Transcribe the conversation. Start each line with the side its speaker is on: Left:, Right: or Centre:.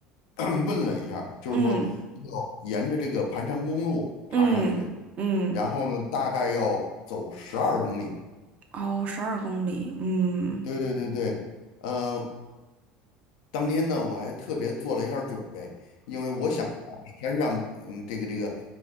Left: <clears throat> 问了一下儿就是说要沿着这个盘山公路爬上去，
Right: 嗯嗯嗯，
Left: 然后呢，大概要走十二公里。
Right: 哦，十二公里，嗯，
Left: 对对对对，呃，当天呢，我还特别做了一下儿准备，因为我想啊山上，嗯，这个这个，